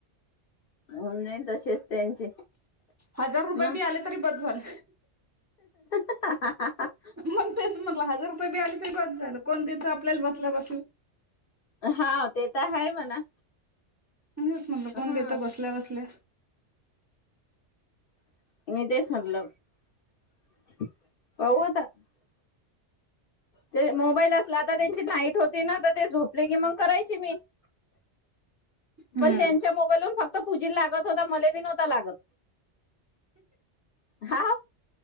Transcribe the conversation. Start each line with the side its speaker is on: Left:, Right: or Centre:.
Left: होईन आन तसेच त्यांचे
Right: हजार रुपय
Left: मग
Right: बी आले तरी बास झालं.
Left: <unintelligible>
Right: मंग तेच म्हणल हजार रुपये बी आले तरी बास झालं, कोण देत आपल्याला बसल्या बसल्या.
Left: हा ते तर हाय म्हणा.
Right: म्हणूनच म्हटलं,
Left: हा
Right: कोण देत बसल्या बसल्या?
Left: <unintelligible> ते मोबाईल असला त त्यांची नाईट होती ना, तर ते झोपले कि मंग करायची मी.
Right: <unintelligible> हम्म
Left: पण त्यांच्या मोबाईलून फक्त पूजील लागत होता, मले बी नवता लागत. हा.